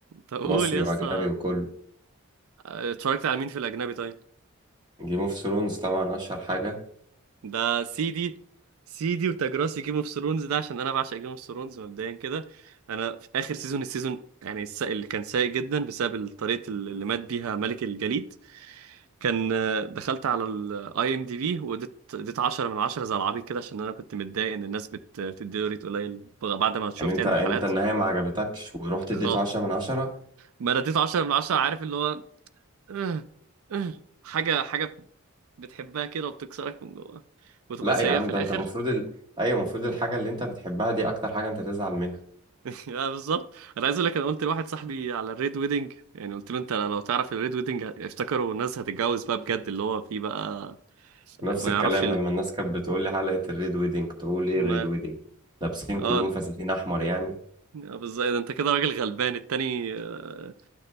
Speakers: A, on the right; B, on the right.
A: طب قول
B: مصري
A: يا
B: واجنبي
A: اسطى
B: وكل
A: آه، اتفرجت على مين في الاجنبي طيب
B: جيم اوف ثرونز طبعا اشهر حاجه
A: ده سيدي سيدي وتاج راسي جيم اوف ثرونز ده عشان انا بعشق جيم اوف ثرونز مبدئيا كده انا في اخر سيزون السيزون يعني الس- اللي كان سيء جدا بسبب طريقه اللي مات بيها ملك الجليد كان آه، دخلت على الاي ام دي بي واديت اديت 10 من 10 زي العبيط كده عشان انا كنت متضايق ان الناس بت- بتديله ريت قليل بعد ما شفت
B: يعني انت
A: يعني
B: انت
A: الحلقات
B: النهايه ما عجبتكش ورحت
A: خالص
B: اديته 10 من 10
A: ما انا اديت 10 من 10 عارف اللي هو آه، آه، حاجه حاجه بتحبها كده وبتكسرك من جوه وتبقى
B: لا
A: سيئه
B: يا عم
A: في
B: ده
A: الاخر
B: انت المفروض ال... ايوه المفروض الحاجه اللي انت بتحبها دي اكتر حاجه انت تزعل منها
A: <laughs> اه بالظبط انا عايز اقول لك انا قلت لواحد صاحبي على الريد ويدنج يعني قلت له انت لو تعرف الريد ويدنج افتكروا الناس هتتجوز بقى بجد اللي هو فيه بقى
B: نفس
A: ما
B: الكلام
A: يعرفش اللي
B: لما الناس كانت بتقول لي حلقة الريد ويدنج تقول ايه
A: ما
B: الريد ويدنج لابسين
A: اه
B: كلهم فساتين احمر يعني
A: اه بالظبط إيه ده انت كده راجل غلبان التاني آه،